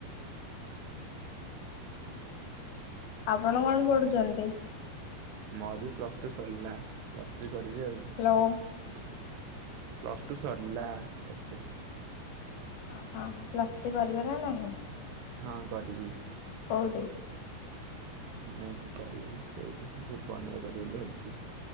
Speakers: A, on the right; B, on the left.
A: <unintelligible>
B: ଆପଣ କଣ ପଢ଼ୁଛନ୍ତି?
A: ମୋର ବି ପ୍ଲସ ଟୁ ସରିଲା, ପ୍ଲସ୍ ଥ୍ରୀ କରିବି ଆଉ।
B: ହ୍ୟାଲୋ
A: ପ୍ଲସ ଟୁ ସରିଲା ଏବେ।
B: ଓହୋ, ପ୍ଲସ ଥ୍ରୀ କରିବେ ନା ନାହିଁ?
A: ହଁ, କରିିବି।
B: କୋଉଠି?
A: ମୁଁ କରିବି ସେଇଠି, ଭୁବନ ରେ କରିବି ବୋଲି ଭାବିଚି।